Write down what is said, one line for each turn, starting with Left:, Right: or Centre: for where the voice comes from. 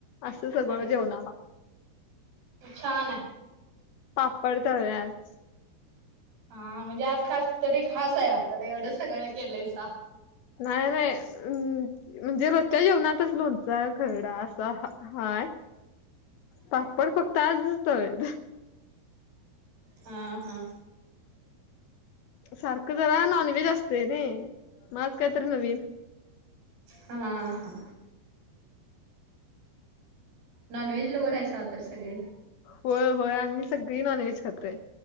Left: असं सगळं
Right: अरे
Left: जेवणा
Right: वा!
Left: आला
Right: छान आहे.
Left: पापड तळल्यात.
Right: हा म्हणजे आज खास तरी खास आहे आ तर एवढं सगळं केलयसा.
Left: नाही, नाही म म्हणजे रोजच्या जेवणातच लोणच, खरडा अस हाय पापड फक्त आजच तळलेत.
Right: हा, हा.
Left: सारखं जरा नॉनव्हेज असते न माज काहीतरी नवीन.
Right: हा हा. नॉन व्हेज लोवर आहेसा तर सगळे.
Left: होय, होय आम्ही सगळी नॉन व्हेज खातोय